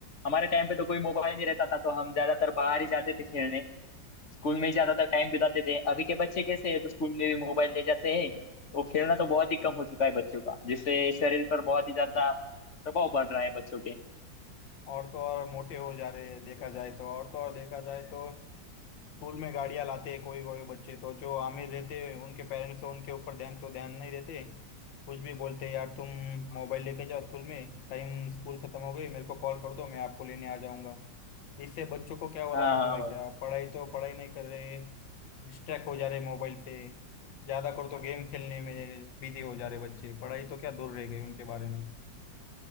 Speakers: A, on the left; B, on the left.
A: हमारे टाइम पे तो कोई मोबाइल नहीं रहता था तो हम ज्यादातर बाहर ही जाते थे खेलने स्कूल में ही ज्यादातर टाइम बिताते थे अभी के बच्चे कैसे हैं तो स्कूल में भी मोबाइल ले जाते हैं तो खेलना तो बहुत ही कम हो चुका है बच्चों का जिससे शरीर पर बहुत ही ज्यादा प्रभाव पड़ रहा है बच्चों के
B: और तो और मोटे हो जा रहे हैं देखा जाए तो और तो और देखा जाए तो स्कूल में गाड़ियां लाते हैं कोई कोई बच्चे तो जो आमिर रहते हैं उनके पेरेंट्स तो उनके ऊपर ध्यान तो ध्यान नहीं देते कुछ भी बोलते हैं, यार तुम मोबाइल लेके जाओ स्कूल में टाइम स्कूल खत्म हो गई मेरे को कॉल कर दो मैं आपको लेने आ जाऊंगा इससे बच्चों को क्या हो
A: हाँ
B: रहा है मालूम
A: हाँ
B: है
A: भाई
B: क्या पढ़ाई तो पढ़ाई नहीं कर रहे डिस्ट्रैक्ट हो जा रहे मोबाइल से ज्यादा कर तो गेम खेलने में बिजी हो जा रहे बच्चे पढ़ाई तो क्या दूर रह गई उनके बारे में